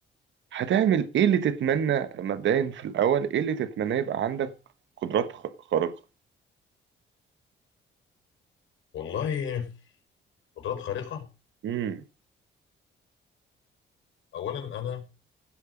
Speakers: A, on the right; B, on the left.
A: هتعمل ايه اللي تتمنى مبدئيا في الاول ايه اللي تتمنى يبقى عندك قدرات خ- خارقة
B: والله قدرات خارقه
A: امم
B: اولا انا